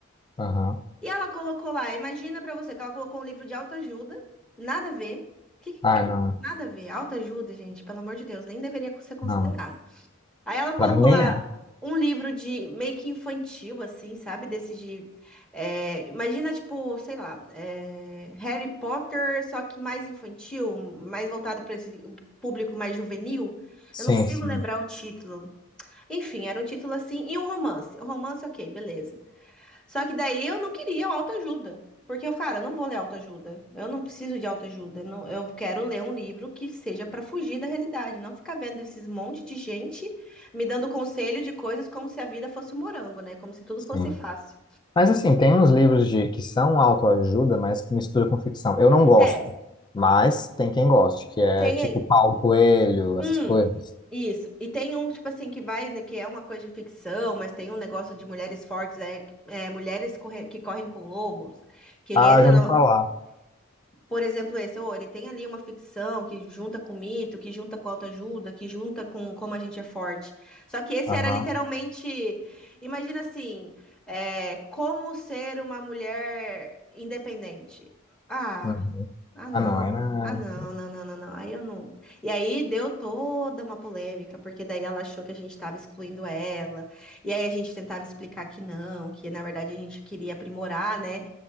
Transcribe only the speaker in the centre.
E ela colocou lá, imagina pra você que ela colocou um livro de autoajuda, nada a ver. Que, que-
que- nada a ver, autoajuda, gente, pelo amor de Deus, nem deveria ser considerado.
Aí ela colocou
lá
um livro de meio que infantil, assim, sabe? Desses de. é, imagina, tipo, sei lá, é, Harry Potter, só que mais infantil, mais voltado para esse público mais juvenil.
Eu não consigo
lembrar o título. Enfim, era um título assim, e um romance. O romance, ok, beleza. Só que daí eu não queria o autoajuda. Porque eu, cara, eu não vou ler autoajuda. Eu não preciso de autoajuda. Não, eu quero ler um livro que seja para fugir da realidade, não ficar vendo esses monte de gente me dando conselho de coisas como se a vida fosse um morango, né? Como se tudo
fosse fácil.
É,
tem
um
isso. E tem um, tipo assim, que vai, né, que é uma coisa de ficção, mas tem um negócio de mulheres fortes, é, é, mulheres corre- que correm com lobos, que ele
entra
numa
Por exemplo, esse, ou ele tem ali uma ficção que junta com mito, que junta com autoajuda, que junta com como a gente é forte. Só que esse
era literalmente, imagina assim, é, como ser uma mulher independente. Ah,
ah não,
ah não,
não, não, não, não. Aí eu não. E aí deu toda uma polêmica, porque daí ela achou que a gente estava excluindo ela. E aí a gente tentava explicar que não, que na verdade a gente queria aprimorar, né?